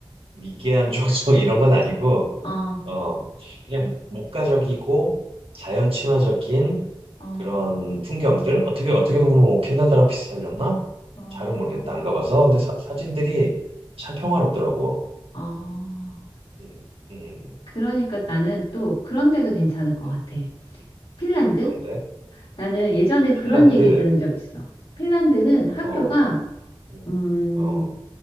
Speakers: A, on the right; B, on the left.
A: 미개한 <laughs> 종족 이런 건 아니고,
B: 어,
A: 어, 그냥 목가적이고 자연 친화적인
B: 어,
A: 그런 풍경들 어떻게 어떻게 보면 뭐 캐나다랑 비슷하려나?
B: 어,
A: 잘은 모르겠다. 안 가봐서. 근데 사, 사진들이 참 평화롭더라고.
B: 어.
A: 음, 음,
B: 그러니까 나는 또 그런 데도 괜찮을
A: 음.
B: 것
A: 네,
B: 같아. 핀란드?
A: 어떤데?
B: 나는 예전에 그런
A: 핀란드.
B: 얘기 들은 적 있어. 핀란드는 학교가,
A: 어, 음,
B: 음,
A: 어,